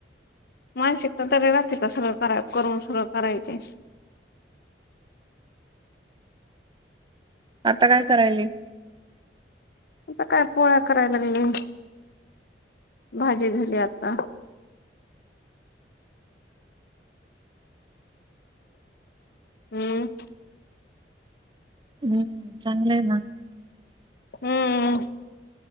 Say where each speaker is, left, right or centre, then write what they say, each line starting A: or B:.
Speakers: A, on the left (about 60°); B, on the right (about 25°).
A: मानसिकता तरी राहातिका का सर करा करून सर करायची.
B: आता काय करायल?
A: आता काय पोळ्या करायला लागली भाजी झाली आता. हम्म
B: हम्म चांगलं आहे ना. <inaudible>
A: हम्म